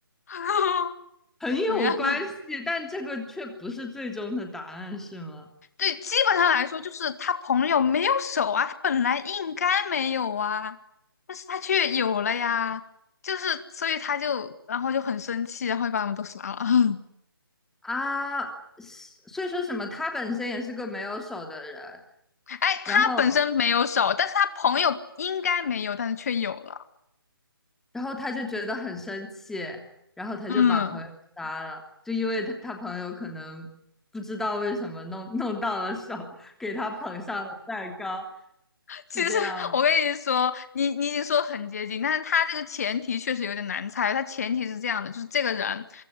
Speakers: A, on the left; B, in the centre.
A: <laughs>
B: 很有关系，
A: 怎么样？
B: 但这个却不是最终的答案，是吗？
A: 对，基本上来说，就是他朋友没有手啊，他本来应该没有啊，但是他却有了呀，就是所以他就然后就很生气，然后就把他们都杀了。<laughs>
B: 啊，是所以说什么？他本身也是个没有手的人，
A: 哎，
B: 然后，
A: 他本身没有手，但是他朋友应该没有，但是却有了。
B: 然后他就觉得很生气，然后他就把朋友杀了，
A: 嗯。
B: 就因为他他朋友可能不知道为什么弄弄到了手，给他捧上了蛋糕，
A: <laughs>
B: 是这样吗？
A: 其实我跟你说，你你已经说很接近，但是他这个前提确实有点难猜。他前提是这样的，就是这个人